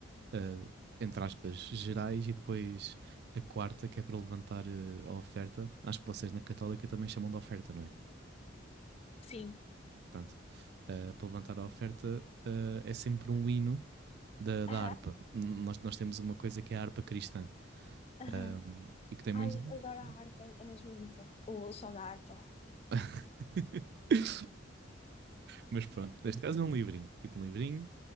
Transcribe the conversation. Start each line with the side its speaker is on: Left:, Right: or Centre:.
Right: eh, entre aspas, gerais, e depois a quarta, que é para levantar eh, a oferta. Acho que vocês na Católica também chamam de oferta, não é?
Left: Sim.
Right: Pronto. Eh, para levantar a oferta, eh, é sempre um hino da, da
Left: Aham,
Right: harpa. Nós, nós temos uma coisa que é a harpa cristã
Left: aham.
Right: ahm, e que tem
Left: Ai,
Right: muitos. livros.
Left: adoro
Right: Pronto.
Left: a harpa, é mais bonita. O som da harpa.
Right: <laughs> Mas pronto, neste caso é um livrinho. Tipo um livrinho,